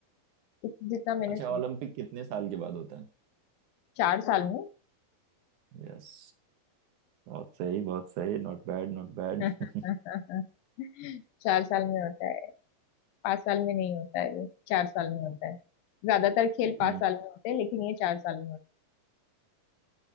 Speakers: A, on the left (about 85°); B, on the right (about 70°).
A: इत- जितना मैंने
B: अच्छा
A: सुना
B: ओलंपिक कितने साल के बाद होता
A: चार साल में
B: है यस बहुत सही बहुत सही नॉट बैड नॉट बैड
A: <laughs>
B: <laughs>
A: चार साल में होता है पांच साल में नहीं होता है वो चार साल में होता है ज्यादातर खेल पांच
B: हम्म
A: साल में होते हैं लेकिन ये चार साल में होता